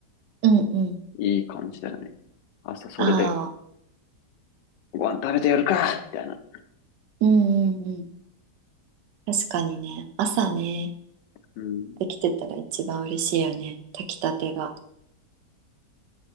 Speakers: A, on the right; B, on the left.
A: うんうん。
B: いい感じだよね。朝それで、
A: ああ、
B: ご飯食べてやるかみたいな。
A: うんうんうん。確かにね、朝ね、
B: うん。
A: できてたら一番嬉しいよね。炊きたてが。